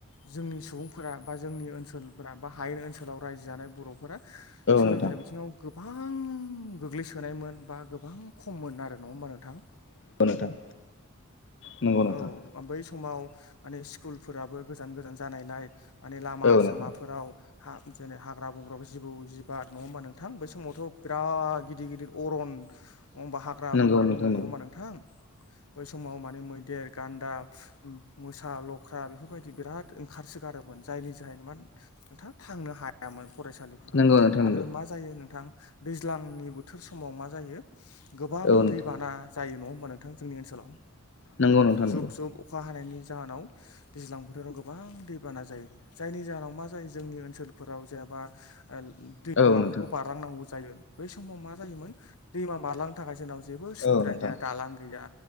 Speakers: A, on the left; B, on the left.
A: जोंनि सुबुंफोरा बा जोंनि ओनसोलफोरा बा हायेन ओनसोलाव रायजो जानाय बर' फोर सोलोंथाइ
B: नोंथां
A: बिथिङाव गोबां गोग्लैसोनायमोन बा गोबां खममोन आरो नङा होमबा नोंथां।
B: नोंगौ नोंथां। नंगौ नोंथां
A: औ बै समाव माने स्कुलफोराबो गोजान गोजान जानायलाय माने लामा
B: औ नोंथां
A: सामाफोराव
B: औ
A: ह जेरै हाग्रा बंग्र जिबौ जिबात नङा होमबा नोंथां बै समावथ' बिराद गिदिर गिदिर अरन नङा होमबा हाग्रा
B: नोंथां नंगौ
A: बंग्रा
B: नोंथां
A: दंमोन
B: नंगौ
A: नङा होनबा नोंथां बै समाव मै मैदेर गान्दा मोसा लख्रा बेफोरबायदि बिराद ओंखारसोगारोमोन जायनि ज मा नोंथां थांनो हायामोन। फरायसालिफोराव
B: नंगौ नोंथां नंगौ
A: आरो मा जायो नोंथां दैज्लांनि बोथोर समाव मा जायो। गोबां
B: औ नोंथां
A: दैबाना जायो नङ होमबा नोंथां जोंनि ओनसोलाव
B: नंगौ नोंथां
A: जुब
B: नंगौ
A: जुब अखा हानायनि जाहोनाव दैज्लां बोथोराव गोबां दैबाना जायो जायनि जाहोनाव मा जायो जोंनि ओनसोलफोराव जे बा दैमाफोरखौ
B: औ नोंथां
A: बारलांनांगौ जायो बै समाव मा जायोमोन दैमा मारलांनो थाखाय जोंनाव जेबो सुबिदा
B: औ नोंथां
A: गैया दालां गैया